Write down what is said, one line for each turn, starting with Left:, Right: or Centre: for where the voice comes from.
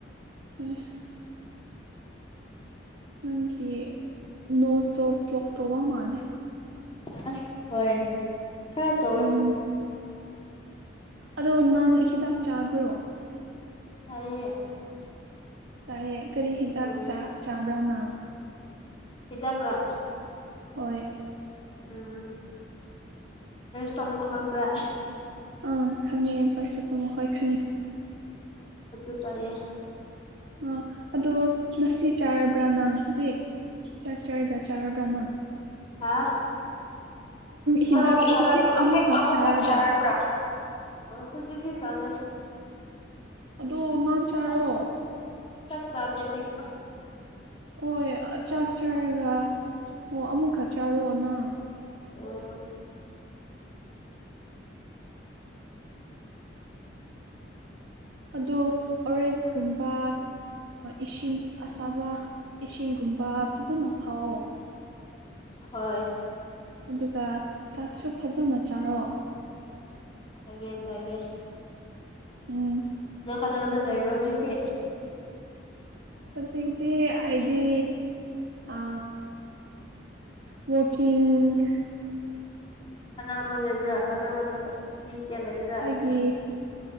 Right: ꯍꯣꯏ ꯅꯪꯒꯤ ꯅꯣꯁꯇꯣ ꯕ꯭ꯂꯣꯛ ꯇꯧꯕ ꯃꯥꯂꯦ
Left: ꯑ ꯍꯣꯏ ꯈꯔ ꯆꯣꯌꯦ
Right: ꯎꯝ ꯑꯗꯣ ꯅꯪ ꯍꯤꯗꯥꯛ ꯆꯥꯕ꯭ꯔꯣ
Left: ꯇꯥꯏꯌꯦ
Right: ꯇꯥꯢꯌꯦ ꯀꯔꯤ ꯍꯤꯗꯥꯛ
Left: ꯎꯝ
Right: ꯆꯥ ꯆꯥꯕ꯭ꯔ ꯅꯪ
Left: ꯍꯤꯗꯥꯛ ꯔꯥꯛ
Right: ꯍꯣꯏ
Left: ꯎꯝ ꯀꯔꯦ-----ꯈꯪꯕ꯭ꯔꯥ
Right: ꯑꯪ ꯈꯪꯉꯦ ꯄ꯭ꯔꯁꯤꯄꯜ ꯍꯣꯏ ꯈꯪꯉꯦ
Left: ꯑꯗꯨ ꯆꯥꯏꯌꯦ
Right: ꯑ ꯑꯗꯣ ꯉꯁꯤ ꯆꯥꯔꯕ꯭ꯔꯥ ꯅꯪ ꯍꯧꯖꯤꯛ ꯆꯥꯛ ꯆꯔꯒ ꯆꯥꯔꯕ ꯅꯪ
Left: ꯍꯥꯥ
Right: ꯍꯤꯗꯥꯛ
Left: ꯅꯪ ꯍꯤꯗꯥꯛꯇꯨ ꯍꯧꯖꯤꯛ
Right: ꯑꯃꯨꯛꯀ
Left: ꯑꯃꯨꯛ
Right: ꯆꯥꯔꯕ꯭ꯔꯥ
Left: ꯈꯛ ꯆꯥꯔꯕ꯭ꯔ ꯍꯧꯖꯤꯛꯗꯤ ꯆꯥꯗꯦ
Right: ꯑꯗꯨ ꯅꯟ ꯆꯥꯔꯣ
Left: ꯆꯥꯛ ꯆꯥꯛ ꯆꯥꯗꯦ ꯑꯗꯨꯒꯤꯗꯣ
Right: ꯍꯣꯏ ꯆꯥꯛ ꯆꯥꯔꯒ ꯑꯣ ꯑꯃꯨꯛꯀ ꯆꯥꯔꯣ ꯅꯪ
Left: ꯑꯣ
Right: ꯑꯗꯣ ꯑꯣꯔꯦꯖ ꯀꯨꯝꯕ ꯏꯁꯤꯡ ꯑꯁꯥꯕ ꯏꯁꯤꯡꯒꯨꯝꯕ ꯐꯖꯅ ꯊꯥꯎꯑꯣ
Left: ꯍꯣꯏ
Right: ꯑꯗꯨꯒ ꯆꯥꯛꯁꯨ ꯐꯖꯅ ꯆꯥꯔꯣ
Left: ꯆꯒꯦ ꯆꯒꯦ
Right: ꯎꯝ
Left: ꯅꯪ ꯀꯅꯥ-ꯀꯅꯥ ꯂꯩꯕ꯭ꯔꯥ ꯍꯧꯖꯤꯛꯇꯤ
Right: ꯍꯧꯖꯤꯛꯇꯤ ꯑꯩꯗꯤ ꯑ ꯋꯥꯀꯤꯡ
Left: ꯀꯅꯥ-ꯀꯅꯥ ꯂꯩꯕ꯭ꯔꯥ ꯀꯅꯥ-ꯀꯅꯥꯒ ꯃꯤꯒ ꯂꯩꯕ꯭ꯔ
Right: ꯐꯤ